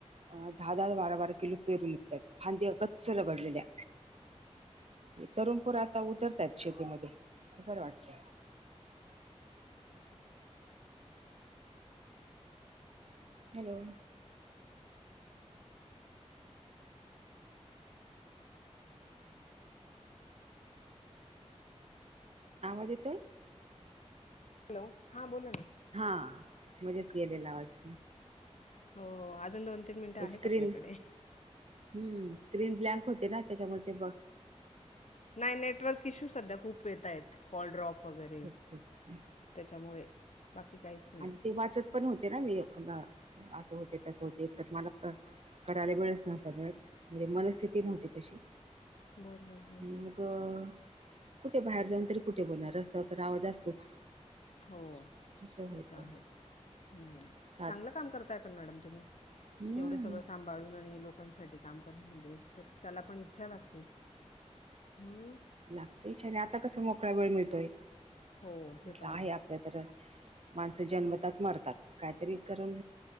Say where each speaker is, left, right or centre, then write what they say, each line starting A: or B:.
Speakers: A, on the right; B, on the left.
A: दहा दहा बारा बारा किलो पेरून निघतायत. फांद्या गच्च रगडलेल्या, तरुण पोरात आता उतरतायत शेतीमध्ये, ते बरं वाटते. हॅलो! आवाज येतोय?
B: हॅलो! हां बोला ना.
A: हा, मधेच गेलेला आवाज.
B: हो, अजून दोन तीन मिनटं
A: तर
B: आहेत
A: स्क्रीन
B: आपल्याकडे.
A: हम्म स्क्रीन ब्लॅंक होते ना त्याच्यामुळे ते बघ
B: नाही नेटवर्क इश्यू सध्या खूप येत आहेत, कॉलड्रॉप वगैरे.
A: खूप खूप
B: त्याच्यामुळे बाकी काहीच नाही
A: आणि ते वाचत पण होते ना मी म, असं होते तसं होते त्यात मला क करायला वेळच नव्हता मिळत, मनस्थिती नव्हती तशी.
B: बरं बरं बरं
A: आणि मगं कुठे बाहेर जाऊन तरी कुठे बोलणार रस्त्यावर तर आवाज असतोच.
B: हो,
A: असं व्हायचं
B: ते. आहेत, नाही,
A: सात
B: चांगलं काम करताय पण मॅडम तुम्ही,
A: हम्म
B: एवढं सगळं साम भाळून आणि लोकांसाठी काम करन म्हणजे एकतर त्याला पण इच्छा लागते. हम्म.
A: लागते छने आता कसं मोकळा वेळ मिळतोय,
B: हो
A: म्हंटलं
B: ते पण
A: आहे आपल्या तर माणसं जन्मतात मरतात, काहीतरी करून